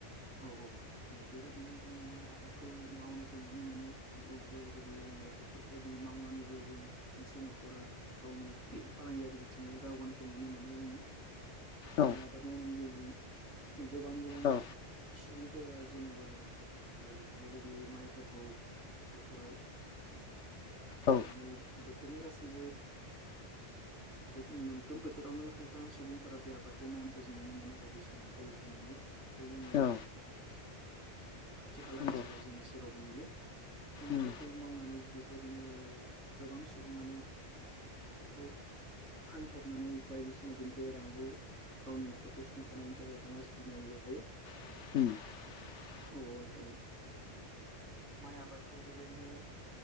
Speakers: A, on the right (about 90°); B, on the left (about 85°).
A: औ औ औ बेबायदिनो जोङो माइ आबादखौ मावनायखौ नुनो मोनो जेरैबायदि जोङो बेफोरबायदि मावनानैबो जों खायसे न'खरा गावनि फालांगियारि बिथिङाव दावगानायखौ नुनो मोनो जोङो
B: औ
A: माइ आबाद मावनायनि गेजेरजों। गोबां गोबां।
B: औ
A: सुबुंफोरा जेनेबा ओ बेबायदि माइफोरखौ। बोथोराव
B: औ
A: माने बोथोरनि गासैबो गासैबो। मोनफ्रोम बोथोरावनो खायफा सुबुंफोरा बे आबादखौ मावनायखौ जों नुनो मोनो बायदिसिना दै होनानै। बेखौ जोङो
B: औ
A: खाथि खाला
B: नंगौ
A: ओनसोलाव जोङो सेरावबो नुयो। माइ
B: उम
A: आबादखौ मावनानै बेफोरबायदिनो गोबां सुबुङानो। बेखौ फानहरनानै बायदिसिना बेनिफ्राय रांबो। गावनि न'खरखौ सुंथानायनि थाखाय रां आरजिनबो हायो
B: <inaudible>
A: औ नोंथां औ। माइ आबादखौ बेबायदिनो